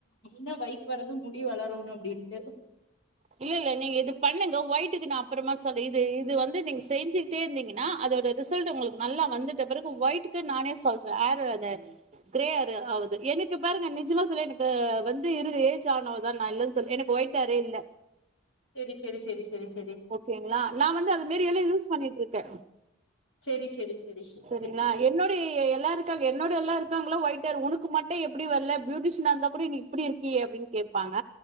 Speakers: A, on the left; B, on the right.
A: தூ வயிட்டு வர்றது முடி வளரன்னனு அப்படின்ட்டு.
B: இல்ல இல்ல நீங்க இது பண்ணுங்க ஒயிட்டுக்கு நா அப்புறமா சொல்றேன் இது இது வந்து நீங்க செஞ்சுகிட்டே இருந்தீங்கன்னா அதோட ரிசல்ட் உங்களுக்கு நல்லா வந்துட்ட பிறகு ஒயட்டுக்கு நானே சொல்றேன் ஆரு அது கிரே ஆரு ஆகுது எனக்கு பாருங்க நிஜமா சொல்ல எனக்கு வந்து இருது ஏஜ் ஆனவுதா நா இல்லலைன்னு சொல்ல எனக்கு ஒயிட் ஹரே இல்ல.
A: செரி செரி செரி செரி ஸ்
B: ஓகேங்களா நா வந்து அந்த மேரி எல்லா யூஸ் பண்ணிட்ருக்கே
A: சரி சரி சரி சரி
B: செரிங்ளா
A: சரி
B: என்னுடைய எ எல்லாரு <unintelligible> என்னோடது எல்லா இரு ட்டாங்களா ஒயிட் ஹேர் உனுக்கு மட் எ எப்பிடி வல்ல பியூட்டிஷினா இந்தா கூட நீ இப்பிடி இருக்கியே அப்டின் கேப்பாங்க